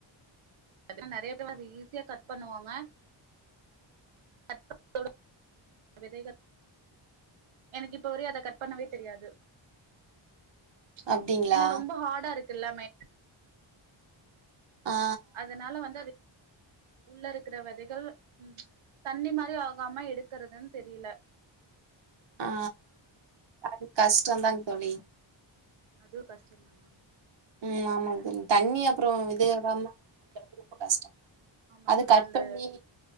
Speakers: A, on the right; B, on the right.
A: பாத்தீனா நெறயா பேர் அத ஈஸியா கட் பண்ணுவாங்க அதோட விதைகள் எனக்கு இப்ப வரயு அத கட் பண்ணவே தெரியாது ப்ச்
B: அப்டிங்களா
A: ஏனா ரொம்ப ஹார்டா இரு கு எல்லாமே
B: ஆ
A: அதுனால வந்து அது உள்ள இருக்கிற விதைகள் ப்ச் தண்ணி மாரி ஆகாம எடுக்கறதுனு தெரில
B: ஆ அது கஷ்டந்தாங் தோழி
A: அதுவு கஷ்டந்தானா
B: ம் ஆமாங் தோழி தண்ணி அப்புறோ இது ஏறாம இது கெடைக்கிறது ரொம்ப கஷ்டோ
A: ஆமா
B: அது
A: தோழி
B: கட்
A: அந்த
B: பண்ணி